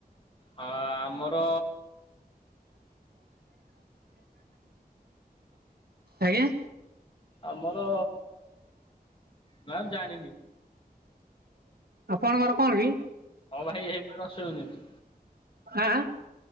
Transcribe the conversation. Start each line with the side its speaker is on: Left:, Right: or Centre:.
Left: ହଁ ହଁ ଆମର
Right: ଆଜ୍ଞା।
Left: ଆମର ନ ମୁଁ ଜାଣିନି।
Right: ଆପଣଙ୍କର କଣ କି?
Left: ହଉ ଭାଇ ହେଇଗଲା ଦଶ ମିନିଟ୍।
Right: ଆଁ ଆଁ।